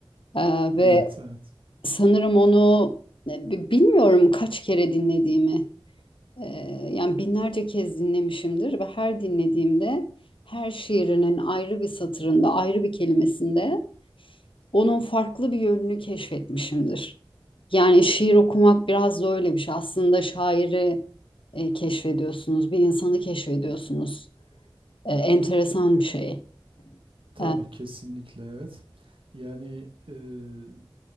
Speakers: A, on the left (about 65°); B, on the right (about 70°).
A: Ee, ve
B: Evet, evet.
A: sanırım onu e, bi- bilmiyorum kaç kere dinlediğimi. Ee, yani binlerce kez dinlemişimdir ve her dinlediğimde her şiirinin ayrı bir satırında, ayrı bir kelimesinde onun farklı bir yönünü keşfetmişimdir. Yani şiir okumak biraz da öyle bir şey. Aslında şairi e, keşfediyorsunuz, bir insanı keşfediyorsunuz. E, enteresan bir şey.
B: Tabii
A: E,
B: kesinlikle evet. Yani eee,